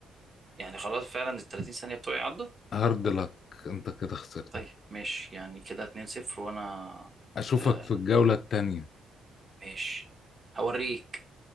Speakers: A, on the right (about 30°); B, on the left (about 55°).
A: يعني خلاص فعلا ال 30 ثانية بتوعي عدوا
B: هارد لك انت كده خسرت
A: طيب ماشي يعني كده 2 0 وانا
B: اشوفك
A: آه
B: في الجولة التانية
A: ماشي هوريك